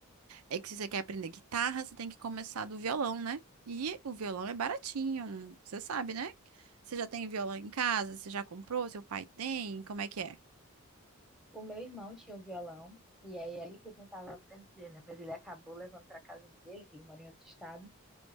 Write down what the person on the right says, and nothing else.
é que se você quer aprender guitarra, você tem que começar do violão, né? E o violão é baratinho, um- você sabe, né? Você já tem violão em casa? Você já comprou? Seu pai tem? Como é que é?